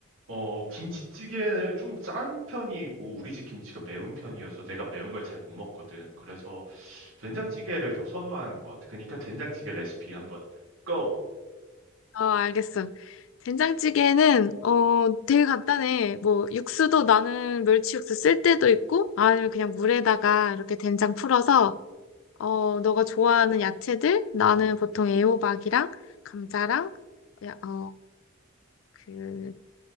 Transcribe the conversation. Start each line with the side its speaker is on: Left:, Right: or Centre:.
Right: 어 김치찌개는 좀 짠 편이고 우리 집 김치가 매운 편이어서 내가 매운 걸 잘 못 먹거든. 그래서 된장찌개를 더 선호하는 것 같아. 그러니까 된장찌개 레시피 한번 go
Left: 어, 알겠어. 된장찌개는 어 되게 간단해. 뭐 육수도 나는 멸치 육수 쓸 때도 있고 아니면 그냥 물에다가 이렇게 된장 풀어서 어 너가 좋아하는 야채들 나는 보통 애호박이랑 감자랑 야, 어, 그,